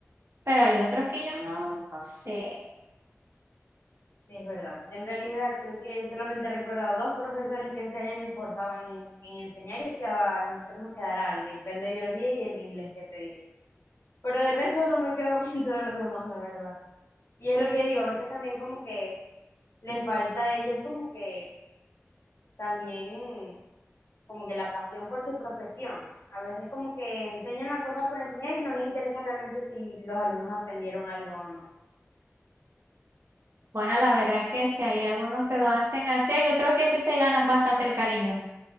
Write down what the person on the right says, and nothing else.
pero hay otros que yo no, no sé.
Bueno, la verdad que sí, hay algunos que lo hacen así, hay otros que sí se ganan bastante el cariño,